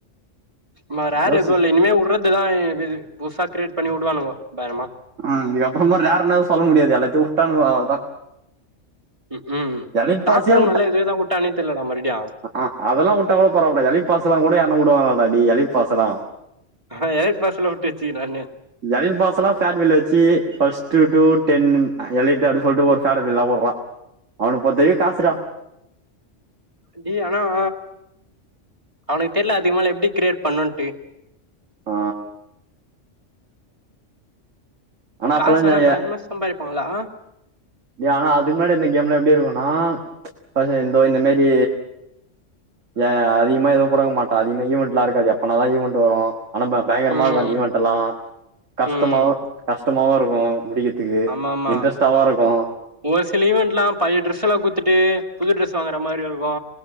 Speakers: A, on the right; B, on the right.
A: மா ரேர்
B: யோசி
A: எதுவுஇல்ல இனிமே வுடுறது துதாஇனி புசா கிரியேட் பண்ணி வுடுவானுங்கோ பயங்ரமா
B: ஆ இகு அப்புறமா ரேர்னா எது சொல்ல முடியாது எல்லாத்தையு வுட்டானுங்க அவள்தா
A: ம்கும்
B: எலைப்பாசியா
A: டாப்புல மொல்ல எதுதா வுட்டானே தெர்லடா மறுடியு
B: அஆ அதெல்லா வுட்டாகூட பரவால்ட்டா எலிட்பாசல்லா கூட யார்ண்ணா வுடுவாங்களாடா எலிட்பாசல்லா
A: ஆஹ எளைட் பாசல்ல வுட்டு வெச்சிக்றானே
B: எலைட் பாஸல்லா தாட் பில்ல வெச்சு ஃபஸ்ட் டூ டென்னுன் எலெட் ஆட சொல்ட்டு ஒர் சாட்ட பெய்ல்லா அவுனுக்பொத்துகே காசுரா
A: டே ஆனாஅ அவுனுக் தெர்ல அதுக்மேல எப்டி கிரேயேட் பன்னுன்ட்டு
B: அ ஆனா
A: காஸ்ஆன்னா
B: அப்பல்லா ஜா
A: பயம்மா சம்பாரிப்பாங்கள்ள ஆ
B: டே ஆனா அதுக்கு முன்னாடி இந்த கேம்ல எப்டி இருக்குன்னா ஃபஸ்ட் ந்தோ இந் இந்த மேரி ஏ அதிக எதுவும்குடுக்மாட்டன் அதிகமா ஈவண்ட்ல்லா இருக்காது எப்பனாதா ஈவண்ட்டு வரு ஆனாப்ப பயங்கரமாருக்கு
A: ம்
B: அந்த ஈவெண்ட் எல்லா கஷ்டமாவ
A: ம்
B: கஷ்டமாவு இருக்கு முடிக்கத் துக்கு
A: ஆமா ஆமா
B: இன்ட்ரெஸ்ட்ஆவு இருக்கு
A: ஒரு சில ஈவெண்ட்ல்லா பழைய டிரெஸ் எல்லா குத்துட்டு புது ட்ரெஸ் வாங்குற மாரி இர்க்கு